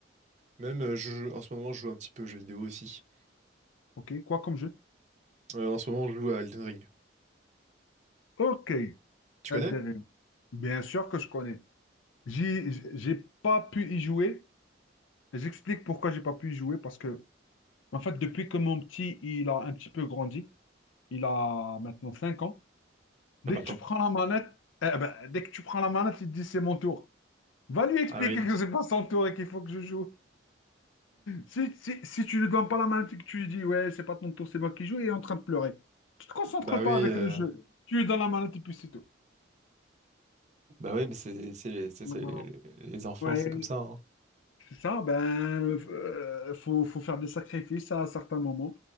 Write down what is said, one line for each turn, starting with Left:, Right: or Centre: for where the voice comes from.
Right: Même euh, je, en ce moment, je joue un petit peu aux jeux vidéo aussi.
Left: ok. Quoi comme jeu?
Right: Euh, en ce moment, je joue à Elden Ring.
Left: Ok,
Right: Tu
Left: Elden
Right: connais?
Left: Ring. Bien sûr que je connais. J'y- j'- J'ai pas pu y jouer. J'explique pourquoi j'ai pas pu y jouer. Parce que, en fait, depuis que mon petit, il a un petit peu grandi, il a maintenant 5 ans.
Right: T'as
Left: Dès
Right: pas le
Left: que tu
Right: temps.
Left: prends la manette, eh ben, dès que tu prends la manette, il te dit c'est mon tour. Va lui expliquer
Right: Ah oui.
Left: que c'est pas son tour et qu'il faut que je joue. Si, si, si tu lui donnes pas la main et que tu lui dis, ouais, c'est pas ton tour, c'est moi qui joue, il est en train de pleurer. Tu te concentres
Right: Bah
Left: pas
Right: oui.
Left: avec
Right: euh,
Left: le jeu. Tu lui donnes la main et puis c'est tout.
Right: Bah oui, mais c'est c'est les, c'est-
Left: Non,
Right: c'est
Left: non,
Right: les
Left: non.
Right: les enfants,
Left: Ouais,
Right: c'est comme ça. hein.
Left: c'est ça, ben, euh, faut, faut faire des sacrifices à certains moments.